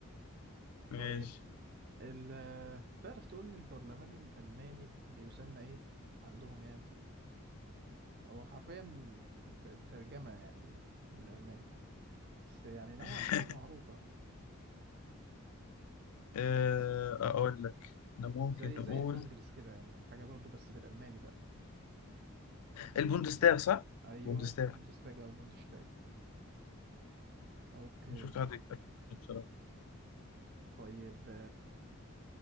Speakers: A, on the left (about 85°); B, on the right (about 45°).
A: ماشي
B: طيب ال تعرف تقول لي البرلمان الألماني بيسمى إيه عندهم يعني هو حرفيا الت- الترجمة يعني بالألماني بس يعني نوعا
A: <laughs>
B: ما معروفة
A: آه، أقول لك إحنا ممكن
B: زي
A: نقول
B: زي الكونجرس كده يعني حاجة برضو بس بالألماني بقى
A: البوندستاغ صح؟
B: أيوة
A: البوندستاغ
B: بوندستاج أو بوندشتاج أوكي
A: شفت حد يتكلم عنه بصراحة
B: طيب